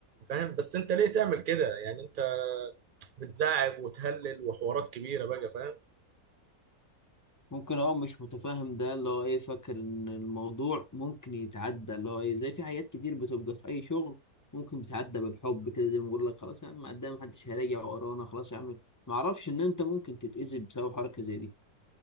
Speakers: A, on the right; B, on the left.
A: فاهم بس انت ليه تعمل كده يعني انت بتزعج وتهلل وحوارات كبيره بقى فاهم
B: ممكن هو مش متفاهم ده اللي هو ايه فاكر ان الموضوع ممكن يتعدى اللي هو ايه زي في حاجات كتير بتبقى في اي شغل ممكن بتعدى بالحب كده زي ما بقول لك خلاص يا عم قدام محدش هيراجع ورانا خلاص يا عم معرفش ان انت ممكن تتأذي بسبب حركه زي دي